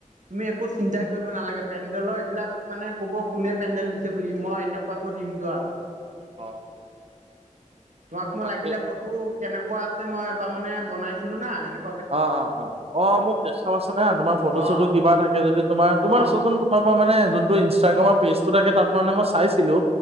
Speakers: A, on the right; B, on the right.
A: তুমি একো চিন্তাই কৰিব নালাগে। পেণ্ডেলৰ এইবিলাক মানে কব কোনে পেণ্ডেল দিছে বুলি মই এনেকুৱাকো দিম যোৱা।
B: অ।
A: তোমাক মই
B: বাকী
A: লাগিলে ফটো কেনেকুৱা আছে মই এবাৰ মানে বনাইছিলো না সেনেকুৱা
B: অ, অ, অ, অ মোক দেখাবাচোন হা তোমাৰ ফটো
A: অ'
B: চটো কিবা থাকে যদি তোমাৰ তোমাৰ
A: অ'
B: চচোন তোমাৰ ম মানে যোনটো ইনষ্টাগ্ৰামত পেজটো থে তাত মানে মই চাইছিলো